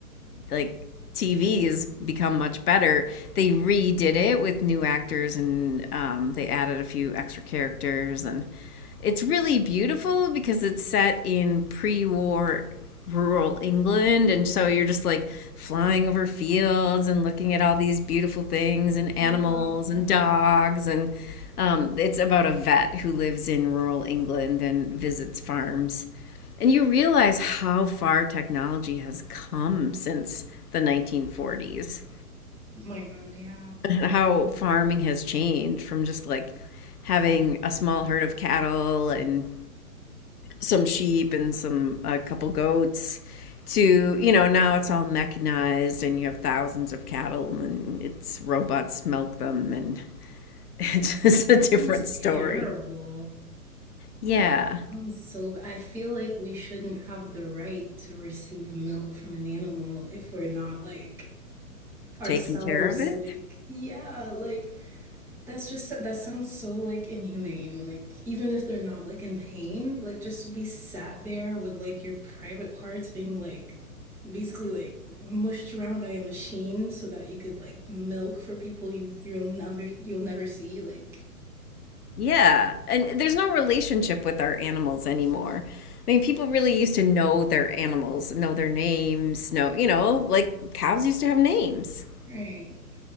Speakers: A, on the left; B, in the centre.
A: like TV has become much better. They redid it with new actors, and um, they added a few extra characters, and it's really beautiful because it's set in pre war rural England. And so you're just like flying over fields and looking at all these beautiful things and animals
B: I love that.
A: and dogs. And um, it's about a vet who lives in rural England and visits farms. And you realize how far technology has come since the 1940s
B: Oh my God, yeah.
A: and how farming has changed from just like having a small herd of cattle and some sheep and some a couple goats to you know now it's all mechanized and you have thousands of cattle and it's robots milk them and <laughs> it's just
B: That
A: a different
B: sounds
A: story
B: terrible.
A: yeah
B: Sounds so b- I feel like we shouldn't have the right to receive milk from an animal if we're not like ourselves
A: taking care of it
B: like yeah, like that's just that sounds so like inhumane. Like even if they're not like in pain, like just to be sat there with like your private parts being like basically like mushed around by a machine so that you could like milk for people you you'll never you'll never see like
A: yeah and there's no relationship with our animals anymore i mean people really used to know their animals know their names know you know like cows used to have names
B: right.